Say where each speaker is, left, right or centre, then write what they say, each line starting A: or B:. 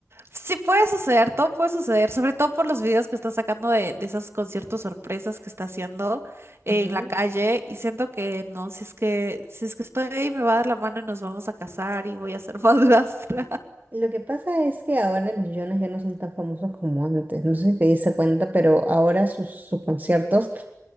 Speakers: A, on the right; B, on the right.
A: sí puede suceder, todo puede suceder, sobre todo por los videos que está sacando de, de esos conciertos sorpresas que está haciendo en
B: Ujú.
A: la calle y siento que no, si es que si es que estoy ahí me va a dar la mano y nos vamos a casar y voy a ser madrastra.
B: Lo que pasa es que ahora los Jonas ya no son tan famosos como antes. No sé si te diste cuenta, pero ahora sus, sus conciertos